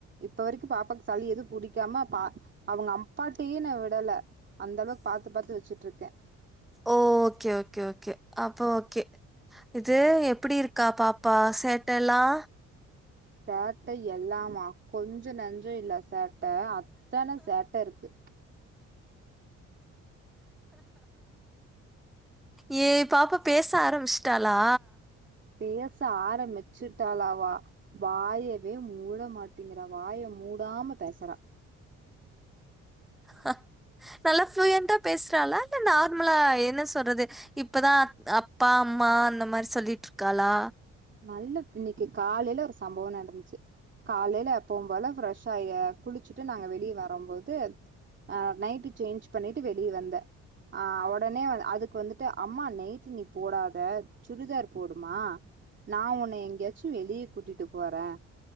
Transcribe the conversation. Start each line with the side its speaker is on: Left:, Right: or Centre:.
Right: இப்ப வரைக்கும் பாப்பாக்கு சளி எதுவும் புடிக்காம பா அவங்க அப்பாட்டையே ந விடல அந்த அளவுக்கு பாத்து பாத்து வெச்சுட்டு இருக்கேன்
Centre: ஓ ஓகே ஓகே ஓகே அப்போ ஓகே இது எப்டி இருக்கா பாப்பா சேட்ட எல்லாம்
Right: சேட்டை எல்லாமா கொஞ்சம் நஞ்சும் இல்ல சேட்ட அத்தன சேட்ட இருக்கு
Centre: ஏ பாப்பா பேச ஆரம்பிச்சுட்டாலா
Right: பேச ஆரமிச்சுட்டாளா அவ வாயவே மூட மாட்டிங்கிறா வாய மூடாம பேசறா
Centre: ஹ நல்லா ஃப்ளயண்டா பேசுறாளா இல்ல நார்மலா என்ன சொல்றது இப்பதான் அத் அப்பா அம்மா அந்தமாரி சொல்லிட்டு இருக்காளா
Right: நல்ல இன்னிக்கு காலையில ஒரு சம்பவம் நடந்துச்சு காலையில எப்பவும்போல ஃப்ரெஷ் ஆயி குளிச்சுட்டு நாங்க வெளிய வரும் போது ஆ நைட்டி சேஞ்ச் பண்ணிட்டு வெளிய வந்தேன் ஆ ஒடனே வந் அது வந்துட்டு அம்மா நைட்டி நீ போடாத சுடிதார் போடுமா நா உன்ன எங்கயாச்சும் வெளிய கூட்டிட்டு போறேன்